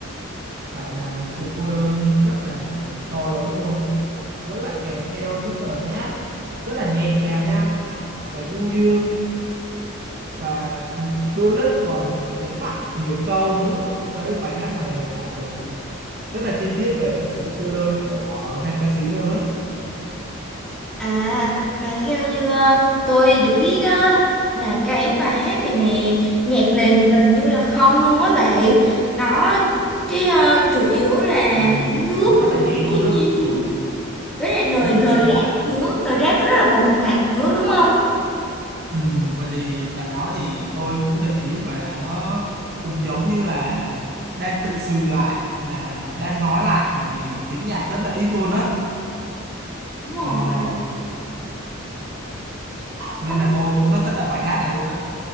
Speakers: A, on the right (about 45°); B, in the centre.
A: phải là một sự cô đơn rất là to lớn luôn với lại kèm theo những lời hát rất là nhẹ nhàng nha và du dương và đôi lúc còn nhấn mạnh nhiều câu nữa tôi thấy bài hát này lột tả được rồi rất là chi tiết về sự cô đơn của nam ca sĩ luôn á
B: à mà theo như ờ, tôi được biết á là cái bài hát này nè nhạc nền gần như là không luôn á bạn nó cái ờ, chủ yếu là
A: Ừm,
B: tiếng nước
A: nó rất
B: và
A: là nhẹ
B: tiếng
A: luôn
B: thiên
A: á
B: nhiên
A: ừ,
B: với lại lời
A: giống như
B: lời
A: kiểu
B: rap
A: là
B: nữa lời rap rất là mộc mạc nữa đúng không
A: Ừ, vậy thì bạn nói thì tôi cũng để ý vậy là nó cũng giống như là đang tự sự lại là đang nói lại bởi vì tiếng nhạc rất là ít luôn á
B: đúng rồi
A: ờ, nên
B: Ôm
A: là tôi cũng rất thích là bài hát này luôn á